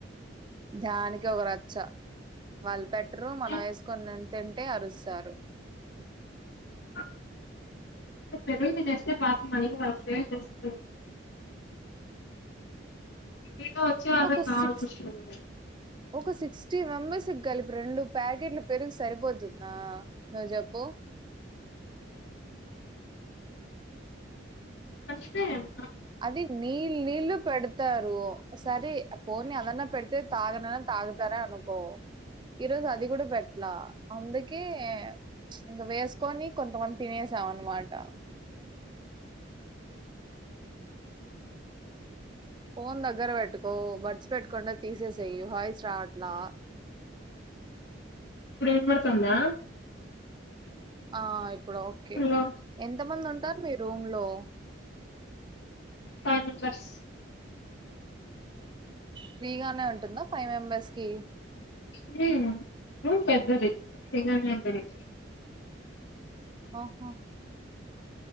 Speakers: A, on the right; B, on the left.
A: దానికే ఓ రచ్చ వాళ్ళు పెట్టరు మనం
B: అంటే
A: వేసుకుని తింటుంటే అరుస్తారు
B: <inaudible> పెరుగు తినేస్తే పాపం మనకి వాళ్ళకి సేవ్ చేస్త ఐతే వచ్చే వాళ్ళకి
A: ఒక
B: కావల్సొస్తధి
A: సిక్స్
B: కదా
A: ఒక సిక్స్టీ మెంబెర్స్కీ కలిపి రెండు ప్యాకెట్లు పెరుగు సరిపోతుందా నూజెప్పు
B: మరచిపోయాను
A: అది నీళ్ నీళ్ళు పెడతారు సరే పోని అదన్న పెడితే తాగనన్న తాగుతారే అనుకో ఈరోజు అది కూడా పెట్లా అందుకే ఇంక వేసుకొని కొంతమంది తినేసి స అనమాట ఫోన్ దగ్గర పెట్టుకో బడ్స్ పెట్టకుండా తీసేసేయి వాయిస్ రావట్లా
B: ఇప్పుడు వినపడుతుందా
A: ఆ ఇప్పుడు ఓకే
B: హలో
A: ఎంత మంది ఉంటారు మీ రూమ్ లో
B: ఫై మెంబర్స్
A: ఫ్రీ గానే ఉంటుందా ఫై మెంబెర్స్ కి
B: హూమ్ రూమ్ పెద్దది ఫ్రీ గానే ఉంటది
A: అహా